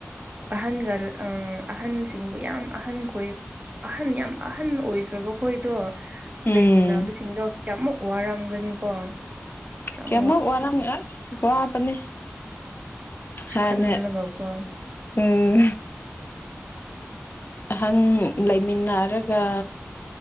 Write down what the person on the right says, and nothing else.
ꯑꯍꯟꯒ ꯑꯍꯟꯁꯤꯡꯕꯨ ꯌꯥꯝ ꯑꯍꯟꯈꯣꯏ ꯑꯍꯟ ꯌꯥꯝ ꯑꯍꯟ ꯑꯣꯏꯈ꯭ꯔꯕꯈꯣꯏꯗꯣ ꯑ
ꯂꯩꯃꯤꯟꯅꯕꯁꯤꯡꯗꯣ ꯀꯌꯥꯃꯨꯛ ꯋꯥꯔꯝꯒꯅꯤ ꯀꫭ ꯌꯥꯝ
ꯈꯜꯂꯒꯀꯣ